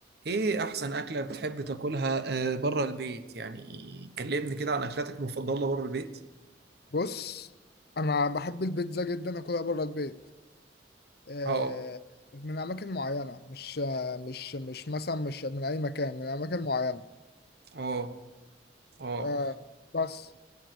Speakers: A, on the right (about 55°); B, on the left (about 55°).
A: ايه احسن اكلة بتحب تاكلها آه، بره البيت يعني كلمني كده عن اكلاتك المفضلة بره البيت
B: بص انا بحب البيتزا جدا اكلها بره البيت آه،
A: اه
B: من اماكن معينه مش آه، مش مش مثلا مش من اي مكان من اماكن معينه
A: اه اه
B: آه، بس